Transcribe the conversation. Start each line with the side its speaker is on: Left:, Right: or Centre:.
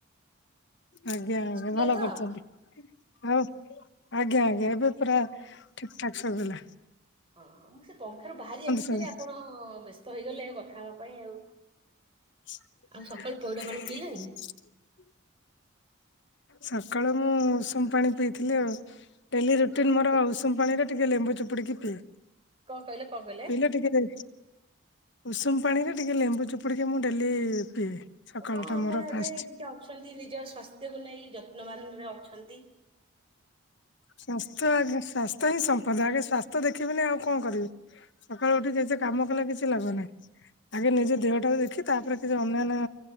Left: ଆଜ୍ଞା ଆଜ୍ଞା।
Right: ଶୁଭିଲା
Left: ଭଲ
Right: ତ
Left: କରିଚନ୍ତି। ଆଉ ଆଜ୍ଞା ଆଜ୍ଞା ଏବେ ପୁରା ଠିକ ଠାକ୍ ଶୁବିଲା।
Right: ହଁ ହଁ ମୁଁ ସେ ପଙ୍ଖାରୁ ବାହାରିଆ ଭିତରେ
Left: ସବୁ
Right: ଆପଣ ବ୍ୟସ୍ତ ହେଇଗଲେ କଥା ହବା ପାଇଁ ଆଉ।
Left: <inaudible>
Right: ଆଉ ସକାଳୁ ପଇଡ ପାଣି ପିଇଲେଣି
Left: ସକାଳୁ ମୁଁ ଉଷୁମ ପାଣି ପିଇଥିଲି ଆଉ। ଡେଲି
Right: ମୁଁ
Left: ରୁଟିନ
Right: କହିଲି
Left: ମୋର ଉଷୁମ ପାଣି ରେ ଟିକେ ଲେମ୍ବୁ ଚୁପୁଡ଼ିକି ପିଏ।
Right: କଣ କହିଲେ କଣ କହିଲେ?
Left: ପିଇଲେ ଟିକେ ଉଷୁମ ପାଣିରେ ଟିକେ ଲେମ୍ବୁ ଚୁପୁଡି କି ମୁଁ ଡେଲି ପିଏ। ସକାଳ
Right: ହଁ
Left: ଟା
Right: ଆପଣ
Left: ମୋର
Right: ଏବେ
Left: ଫାଷ୍ଟ।
Right: ଟିକେ ଅଛନ୍ତି ନିଜ ସ୍ୱାସ୍ଥ୍ୟକୁ ନେଇ ଯତ୍ନବାନରେ ଅଛନ୍ତି।
Left: ସ୍ୱାସ୍ଥ୍ୟ ଆଗେ ସ୍ଵାସ୍ଥ୍ୟ ହିଁ ସମ୍ପଦ ଆଗେ ସ୍ୱା ତ ଦେଖିବିନି ଆଉ କଣ କରିବି ସକାଳୁ ଉଠିକିଛି କାମ କଲେ କିଛି ଲାଭ ନାହିଁ। ଆଗେ ନିଜ ଦେହଟାକୁ ଦେଖିବ ତାପରେ କିଛି ଅନ୍ୟାନ୍ୟ